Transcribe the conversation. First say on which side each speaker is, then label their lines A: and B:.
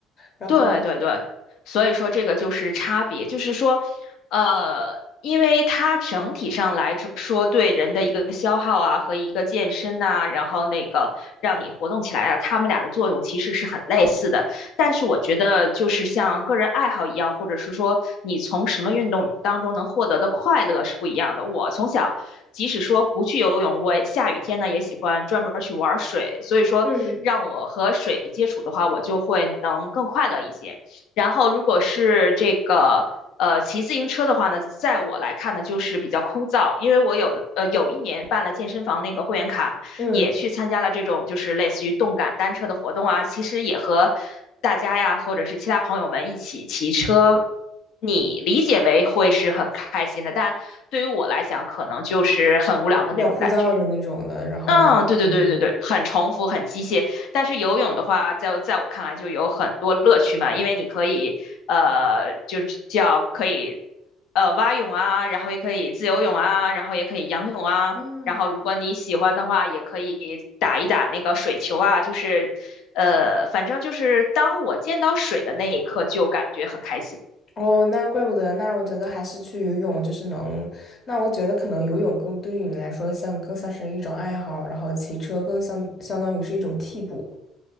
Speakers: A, on the left; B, on the left.
A: 然后
B: 对对对，所以说这个就是差别，就是说，呃，因为它整体上来着说对人的一个消耗啊和一个健身呐、然后那个让你活动起来啊，它们俩的作用其实是很类似的。但是我觉得就是像个人爱好一样，或者是说你从什么运动当中能获得的快乐是不一样的。我从小即使说不去游泳，我下雨天呢也喜欢专门去玩水。所以说，
A: 嗯，
B: 让我和水接触的话，我就会能更快乐一些。然后，如果是这个呃骑自行车的话呢，在我来看呢，就是比较枯燥，因为我有呃有一年办了健身房那个会员卡，
A: 嗯，
B: 也去参加了这种就是类似于动感单车的活动啊，其实也和大家呀或者是其他朋友们一起骑车。你理解为会是很开心的，但对于我来讲，可能就是很无聊的那种感觉。
A: 比较枯燥的那种的，然后对对对，
B: 嗯，对对对对对，很重复，很机械。但是游泳的话，在在我看来就有很多乐趣嘛，因为你可以，呃，就是叫可以，呃，蛙泳啊，然后也可以自由泳啊，然后也可以仰泳啊，
A: 嗯，
B: 然后如果你喜欢的话，也可以打一打那个水球啊，就是，呃，反正就是当我见到水的那一刻，就感觉很开心。
A: 哦，那怪不得，那我觉得还是去游泳，就是能，那我觉得可能游泳更对于你来说像更像是一种爱好，然后骑车更相相当于是一种替补，